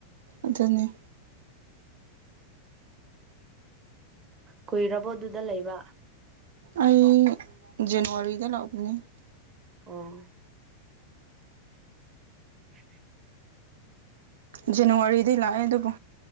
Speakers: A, on the right (about 60°); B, on the right (about 25°).
A: ꯑꯗꯨꯅꯤ
B: ꯀꯨꯏꯔꯕꯣ ꯑꯗꯨꯗ ꯂꯩꯕ
A: ꯑꯩ ꯖꯅꯋꯥꯔꯤꯗ ꯂꯥꯛꯄꯅꯦ
B: ꯑꯣ <inaudible>
A: ꯖꯅꯋꯥꯔꯤꯗꯩ ꯂꯥꯛꯑꯦ ꯑꯗꯨꯕꯨ